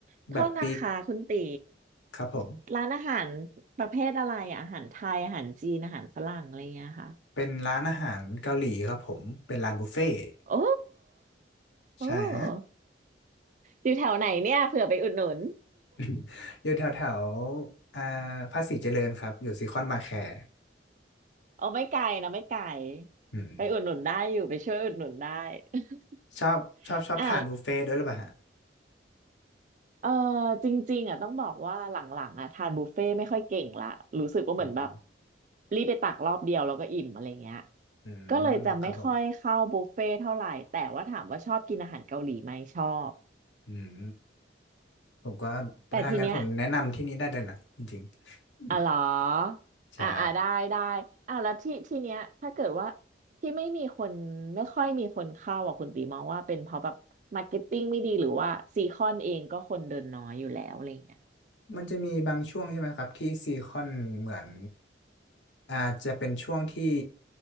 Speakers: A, on the right; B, on the left.
A: โทษนะคะคุณตี
B: แบบปีกครับผม
A: ร้านอาหารประเภทอะไรอะอาหารไทยอาหารจีนอาหารฝรั่งอะไรเงี้ยค่ะ
B: เป็นร้านอาหารเกาหลีครับผมเป็นร้านบุฟเฟ่ต์
A: โอ้โอ้
B: ใช่ฮะ
A: อยู่แถวไหนเนี่ยเผื่อไปอุดหนุน
B: <laughs> อยู่แถวแถวอ่าภาษีเจริญครับอยู่ซีคอนมาแคร์
A: เอาไม่ไกลนะไม่ไกล
B: อืม
A: ไปอุดหนุนได้อยู่ไปช่วยอุดหนุนได้ <laughs>
B: ชอบชอบชอบทานบุฟเฟ่ต์ด้วยหรือเปล่าฮะ
A: อ่ะเออจริงๆอ่ะต้องบอกว่าหลังๆอ่ะทานบุฟเฟ่ต์ไม่ค่อยเก่งละรู้สึกว่าเหมือนแบบ
B: อืม
A: รีบไปตักรอบเดียวแล้วก็อิ่มอะไรเงี้ย
B: อืมครับผม
A: ก็เลยจะไม่ค่อยเข้าบุฟเฟ่ต์เท่าไหร่แต่ว่าถามว่าชอบกินอาหารเกาหลีไหมชอบ
B: อืมผมก็
A: แต่ทีเนี้ย
B: ถ้างั้นผมแนะนำที่นี้ได้เลยนะจริงๆ
A: อ่ะเหรอ
B: ใช่
A: อ่าอ่าได้ได้อ่าแล้วที่ที่เนี้ยถ้าเกิดว่าที่ไม่มีคนไม่ค่อยมีคนเข้าอ่ะคุณตีมองว่าเป็นเพราะแบบมาร์เก็ตติ้งไม่ดีหรือว่าซีคอนเองก็คนเดินน้อยอยู่แล้วอะไรเงี้ย
B: มันจะมีบางช่วงใช่ไหมครับที่ซีคอนเหมือนอาจจะเป็นช่วงที่